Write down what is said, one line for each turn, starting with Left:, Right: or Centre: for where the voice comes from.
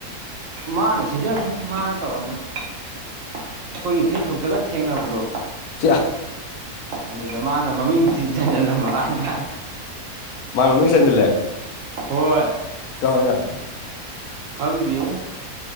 Right: ꯃꯥꯅ ꯁꯤꯟꯖꯕꯅꯤ ꯃꯥꯅ ꯇꯧꯔꯝꯕꯅꯤ ꯑꯩꯈꯣꯏꯒꯤ ꯐꯦꯁꯕꯨꯛꯇꯒ ꯊꯦꯡꯅꯕꯗꯣ
Left: ꯁꯤ ꯑ
Right: ꯑꯗꯨꯗ ꯃꯥꯅ ꯃꯃꯤꯡ ꯆꯤꯟꯖꯍꯜꯂꯝꯕꯀꯥꯟꯗ
Left: ꯃꯥ ꯃꯃꯤ ꯆꯖꯂꯦ
Right: ꯍꯣꯏ
Left: ꯀꯅꯥ
Right: ꯈꯪꯗꯨ